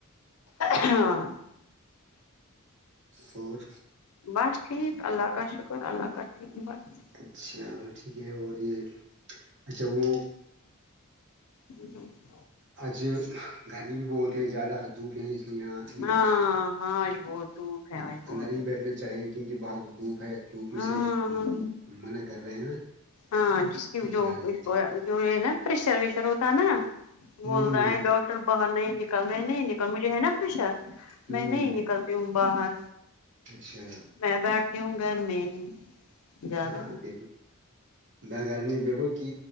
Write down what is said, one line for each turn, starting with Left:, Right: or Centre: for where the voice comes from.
Left: ہاں
Right: اور
Left: بس ٹھیک اللہ کا شکر اللہ کا ٹھیک بس
Right: اچھا ٹھیک ہے اور یہ اچھا وہ
Left: ج ہ
Right: اج گرمی بھی بہت ہے زیاد دھوپیں نکلتا
Left: ہاں
Right: ہے
Left: ہاں آج بہت دھوپ ہے آج بہت
Right: اندر
Left: دھوپ
Right: ہی بیٹھنا چاہیے کیونکہ باہر دھوپ ہے دھوپ میں
Left: ہاں
Right: سے منع کر رہے ہیں نا
Left: ہاں جس کی جو
Right: جانے کے لیے
Left: جو یہ نا پریشر وشر ہوتا ہے نا
Right: ہوں
Left: بول رہا ہے ڈاکٹر باہر نہیں نکل میں نہیں نکل مجھے ہے نا پریشا
Right: ہوں
Left: میں نہیں نکلتا ا باہر
Right: اچھا
Left: میں بیٹھتی ہوں گھر میں ہی زیادہ
Right: ہاں دیکھ ب گھرمی بیھو کہ